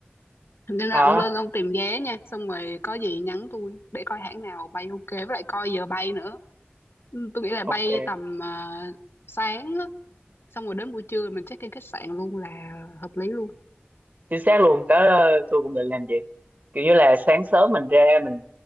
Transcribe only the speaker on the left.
nên
là ông lên ông tìm vé nha xong rồi có gì nhắn tôi để coi hãng nào bay ok với lại coi giờ bay nữa Ừ, tôi nghĩ là
bay tầm ờ, sáng á xong rồi đến buổi trưa mình check in khách sạn luôn là hợp lý luôn